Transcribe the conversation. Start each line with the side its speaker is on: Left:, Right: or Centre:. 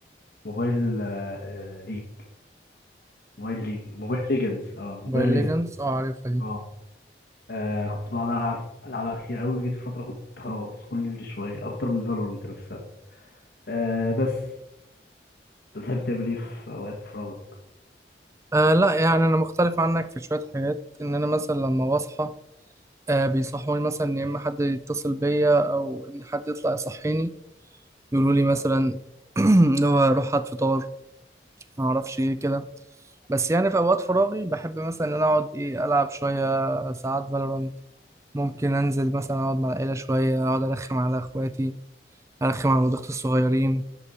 Left: موبايل آه آه، ليج موبايل ليج موبايل ليجنز اه موبايل
Right: موبايل ليجندز
Left: ليجنز
Right: اه عارفها دي.
Left: اه آه، كنت بقعد ألعب ألعبها كتير أوي جيت فترة كنت خلاص كل شوية أكتر من فالورانت نفسها آه بس أنت بتحب تعمل إيه في أوقات فراغك؟
Right: آه لا يعني انا مختلف عنك في شوية حاجات ان انا مثلا لما بصحى آه بيصحوني مثلا إن يا إما حد يتصل بيا أو إن حد يطلع يصحيني يقولوا لي مثلا <clears throat> اللي هو روح هات فطار ما أعرفش إيه كده بس يعني في أوقات فراغي بحب مثلا إن أنا أقعد إيه ألعب شوية ساعات فالورانت ممكن أنزل مثلا أقعد مع العيلة شوية أقعد أرخم على إخواتي أرخم على ولاد أختي الصغيرين